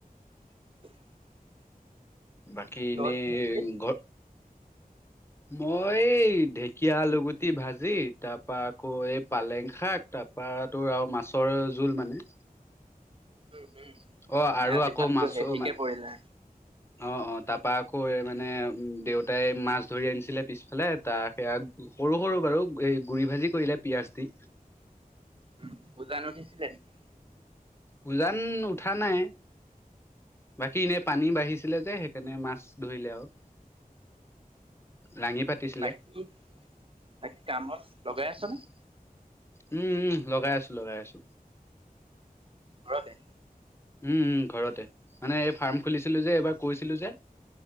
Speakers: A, on the right; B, on the left.
A: <unintelligible>
B: বাকী এনেই
A: তই কিহে খালি
B: ঘৰত - মই এই ঢেকীয়া আলুগুটি ভাজি তাৰপা আকৌ' এই পালেং শাক ত' তাৰপাটো আৰু মাছৰ জোল মানে।
A: উম', উম'।
B: অ
A: মানে
B: আৰু
A: আজি
B: আকৌ
A: ভাতটো
B: মাছো
A: হেভিকে
B: মানে
A: পৰিলে?
B: অ', অ' তাৰ পৰা আকৌ এই মানে উ দেউতাই মাছ ছ ধৰি আনিছিলে পিছফালে, তাৰ সেইয়া সৰু সৰু বাৰু এই গুৰি ভাজি কৰিলে পিয়াঁজ দি।
A: উম', উজান উঠিছিলে নেকি?
B: উজান উঠা নাই। বাকী এনেই পানী বাঢ়িছিলে যে সেইকাৰণে মাছ ধৰিলে আৰু। লাঙি পাতিছিলে
A: বাকী, বাকী তোৰ কামত লগাই আছনে?
B: উম, উম' লগাই আছোঁ লগাই আছোঁ।
A: ঘৰতে?
B: উম', উম ঘৰতে, মানে এই ফাৰ্ম খুলিছিলোঁ যে এইবাৰ কৈছিলোঁ যে।